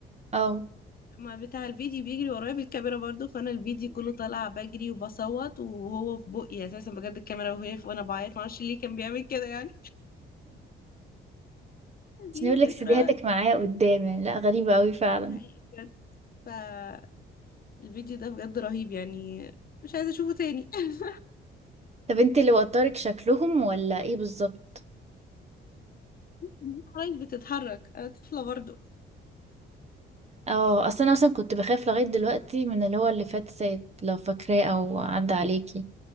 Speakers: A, on the right (about 35°); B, on the left (about 50°).
A: اه
B: ما بتاع الفيديو بيجري ورايا بالكاميرا برضو فانا الفيديو كله طالع بجري وبصوت وهو في بقي اساسا بجد الكاميرا وهي في وانا بعيط معرفش ليه كان بيعمل كده يعني <laughs> دي
A: عشان يقول
B: ذكرى
A: لك سيديهاتك معايا قدام يعني لا غريبة قوي فعلا
B: حقيقي بجد فالفيديو ده بجد رهيب يعني مش عايزه اشوفه تاني <laughs>
A: طب انت اللي وترك شكلهم ولا ايه بالظبط
B: العرايس بتتحرك انا طفله برضو
A: اه اصل انا مثلا كنت بخاف لغاية دلوقتي من اللي هو اللي فات سات لو فاكراه او عدى عليكي